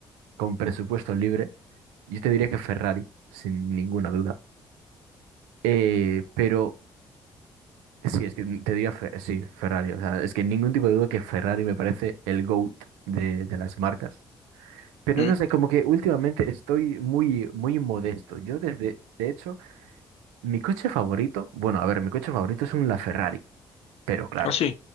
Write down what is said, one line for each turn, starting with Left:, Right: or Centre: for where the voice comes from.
Right: con presupuesto libre, yo te diría que Ferrari, sin ninguna duda. Eh, pero sí, es que te diría, Fe- sí, Ferrari. O sea, es que ningún tipo de duda que Ferrari me parece el GOAT de, de las marcas. Pero
Left: ¿Mm?
Right: no sé, como que últimamente estoy muy, muy modesto. Yo desde, de hecho, mi coche favorito, bueno, a ver, mi coche favorito es un LaFerrari, pero claro.
Left: Ah, sí.